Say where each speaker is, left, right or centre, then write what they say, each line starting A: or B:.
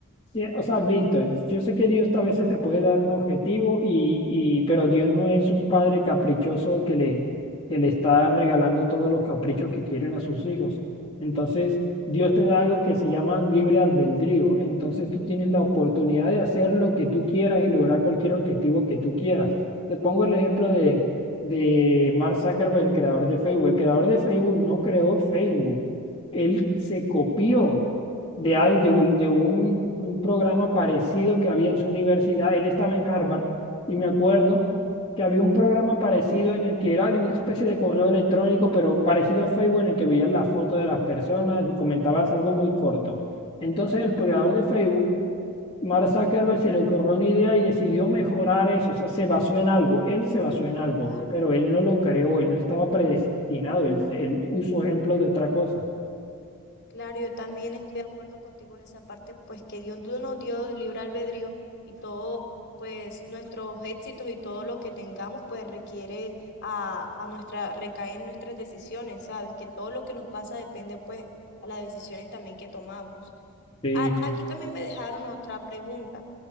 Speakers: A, on the left; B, on the left.
A: Sí, O sea, visto, yo sé que Dios a veces te puede dar un objetivo y, y pero Dios no es un padre caprichoso que le, que le está regalando todos los caprichos que quieren a sus hijos. Entonces, Dios te da algo que se llama libre albedrío. Entonces, tú tienes la oportunidad de hacer lo que tú quieras y lograr cualquier objetivo que tú quieras. Te pongo el ejemplo de, de Mark Zuckerberg, el creador de Facebook. El creador de Facebook no creó Facebook. Él se copió de, al- de un, de un- un programa parecido que había en su universidad. Él estaba en Harvard y me acuerdo que había un programa parecido en el que era de una especie de correo electrónico, pero parecido a Facebook, en el que veías las fotos de las personas y comentabas algo muy corto. Entonces el creador de Facebook, Mark Zuckerberg, se le ocurrió una idea y decidió mejorar eso. O sea, se basó en algo. Él se basó en algo,
B: Claro.
A: pero él no lo creó, él no estaba predestinado, él, él usó ejemplos de otra cosa.
B: Claro, yo también estoy de acuerdo contigo en esa parte, pues que Dios nos dio libre albedrío y todo, pues nuestros éxitos y todo lo que tengamos, pues requiere a, a nuestra, recae en nuestras decisiones, ¿sabes? Que todo lo que nos pasa depende, pues, a las decisiones también que tomamos.
A: Sí,
B: A- aquí también me dejaron otra pregunta.